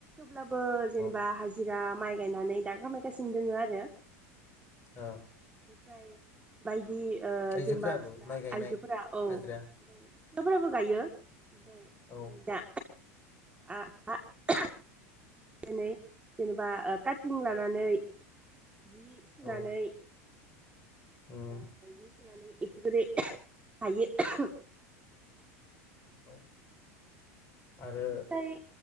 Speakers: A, on the right; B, on the left.
A: अब्लाबो जेनेबा
B: औ
A: हाजिर जा माइ गायनानै दा खामायगासिनो दोङो आरो
B: औ।
A: बाय बिदि
B: आइजोफोराबो
A: जेनेबा सिख्ला
B: माइ गायनाय
A: आइजोफोरा औ ओमफ्राय
B: हाजिरा
A: सिख्लाफोराबो गायो ओमफ्राय
B: औ
A: दा आ आ। दिनै जेनेबा काटिं लानानै जि सुनानै
B: औ उम
A: ओ। सुनानै बेफोरबायदि हायो
B: औ। आरो
A: ओमफ्राय